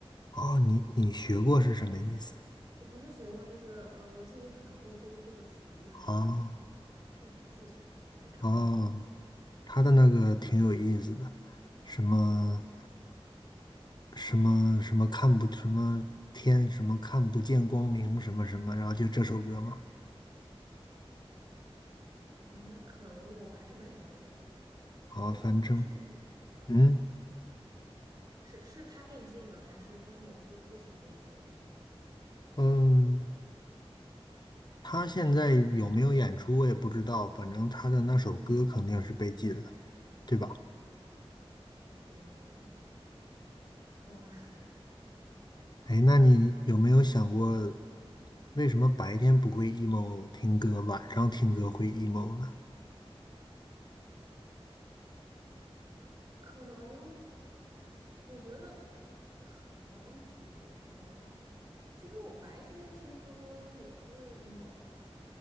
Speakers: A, on the left; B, on the right.
A: 啊，你你学过是什么意思？
B: 呃，不是学过，就是呃，我自己可能会根据这个词，就是唱一唱，
A: 啊
B: 自己自学，只唱这首歌。
A: 啊，他的那个挺有意思的，什么什么什么看不什么天什么看不见光明什么什么，然后就这首歌嘛。
B: 哦，那可能我还是不是很了解。
A: 好，
B: 然后呃是被禁了吗
A: 反正嗯
B: 是是他被禁了，还是就是某个歌曲被禁了？
A: 嗯，他现在有没有演出我也不知道，反正他的那首歌肯定是被禁了，
B: 嗯，
A: 对吧？
B: 嗯，对对对，嗯，是，
A: 哎，那你有没有想过，为什么白天不会 emo 听歌，晚上听歌会 emo 呢？
B: 可能，我觉得 <laughs> 好问题，可能，其实我白天听歌也会 emo 啊，